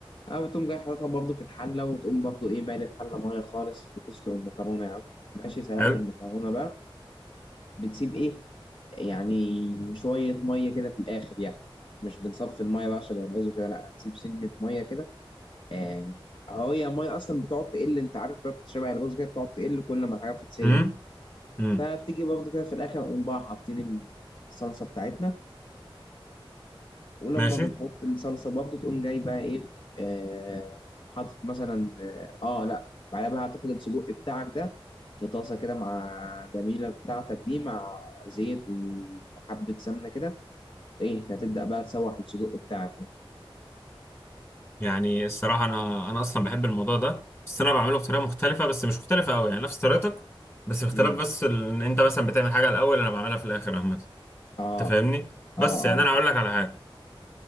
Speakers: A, on the left; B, on the left.
A: اه بتقوم جاي حاططها برضه في الحله وتقوم برضه ايه مالي الحله ميه خالص بتسلق المكرونه يا عم ماشي سلقت
B: حلو
A: المكرونه بقى بتسيب ايه يعني شويه ميه كده في الاخر يعني مش بنصفي الميه بقى عشان يبوظوا كده لا هتسيب سنه ميه كده آه اهو هي الميه اصلا بتقعد تقل انت عارف بقى شبه الرز كده بتقعد تقل كل ما الحاجه بتتسلق
B: امم امم
A: فبتيجي برضه كده في الاخر نقوم بقى حاطين الصلصه بتاعتنا ولما
B: ماشي
A: بنحط الصلصه برضو تقوم جاي بقى ايه آه حاطط مثلا اه آه، لا بعدها بقى هتاخد السجق بتاعك ده في طاسه كده مع جميله بتاعتك دي مع زيت وحبه سمنه كده ايه انت هتبدا بقى تسوح السجق بتاعك يعني
B: يعني الصراحه انا انا اصلا بحب الموضوع ده بس انا بعمله بطريقه مختلفه بس مش مختلفه قوي يعني نفس طريقتك بس اختلاف
A: امم
B: بس ال- ان انت مثلا بتعمل حاجه الاول انا بعملها في الاخر عامه
A: اه
B: انت فاهمني بس
A: اه
B: يعني
A: اه
B: انا هقول لك على حاجه